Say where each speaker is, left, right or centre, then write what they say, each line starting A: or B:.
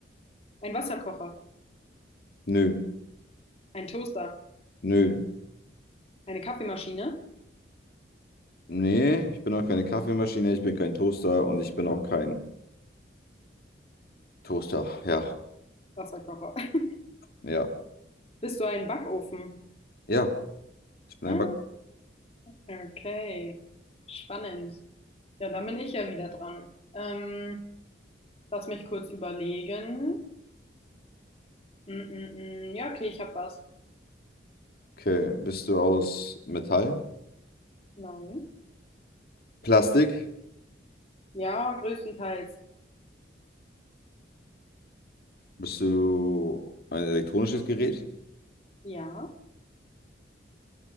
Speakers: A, on the left; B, on the left.
A: ein Wasserkocher,
B: Nö.
A: ein Toaster,
B: Nö.
A: eine Kaffeemaschine,
B: Nee, ich bin auch keine Kaffeemaschine, ich bin kein Toaster und ich bin auch kein Toaster. Ja,
A: Wasserkocher. <laughs>
B: Ja.
A: Bist du ein Backofen?
B: Ja, ich bin
A: Ah,
B: ein Back.
A: okay, spannend. Ja, dann bin ich ja wieder dran. Ähm, lass mich kurz überlegen. Mm, mm, mm. Ja, okay, ich habe was.
B: Okay, bist du aus Metall?
A: Nein.
B: Plastik?
A: Ja, größtenteils.
B: Bist du ein elektronisches Gerät?
A: Ja.